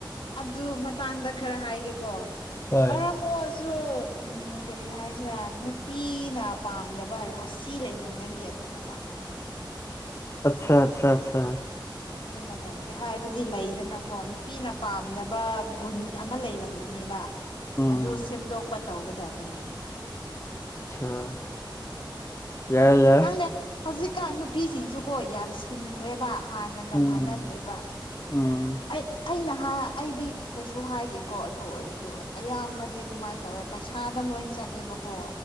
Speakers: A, on the left; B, on the left.
A: ꯑꯗꯨ ꯃꯇꯥꯡꯗ ꯈꯔ ꯍꯥꯏꯒꯦꯀꯣ
B: ꯍꯣꯏ
A: ꯃꯔꯝ ꯑꯣꯏ ꯁꯨ ꯀꯔꯤ ꯍꯥꯏꯁꯤꯔꯥ ꯅꯨꯄꯤꯅ ꯄꯥꯝꯗꯕ ꯔꯁꯤ ꯂꯩꯔꯝꯒꯅꯤ ꯑꯗꯨ ꯃꯇꯥꯡꯗ ꯅꯕꯗꯤꯌꯦ
B: ꯑꯆꯥ ꯑꯆꯥ ꯑꯆꯥ
A: ꯑꯗꯨ ꯃꯦꯗꯥꯝꯗꯤ ꯍꯥꯏꯕꯗꯤ ꯂꯩꯗꯅꯀꯣ ꯅꯨꯄꯤꯅ ꯄꯥꯝꯗꯕ ꯒꯨꯟ ꯑꯃ ꯂꯩꯔꯝꯒꯅꯦꯕ
B: ꯎꯝ
A: ꯑꯗꯨ ꯁꯦꯝꯗꯣꯛꯄ ꯇꯧꯒꯗꯕꯅꯤ
B: ꯑꯆꯥ
A: ꯑꯗꯨꯅꯦ
B: ꯌꯥꯏ ꯌꯥꯏ
A: ꯈꯪꯗꯦ ꯍꯧꯖꯤꯛꯀꯥꯟ ꯅꯨꯄꯤꯁꯤꯡꯁꯨꯀꯣ ꯌꯥꯝ ꯁꯤꯡꯈ꯭ꯔꯦꯕ ꯍꯥꯟꯅꯒ
B: ꯎꯝ
A: ꯃꯥꯟꯅꯗ꯭ꯔꯦꯕ
B: ꯎꯝ
A: ꯑꯩ ꯑꯩꯅ ꯑꯩꯗꯤ ꯀꯩꯁꯨ ꯍꯥꯏꯗꯦꯀꯣ ꯑꯗꯨ ꯑꯣꯏꯔꯁꯨ ꯑꯌꯥꯝꯕꯗꯤ ꯑꯗꯨꯃꯥꯏꯅ ꯇꯧꯔ ꯄꯩꯁꯥꯗ ꯂꯣꯏ ꯆꯠꯂꯦꯕꯀꯣ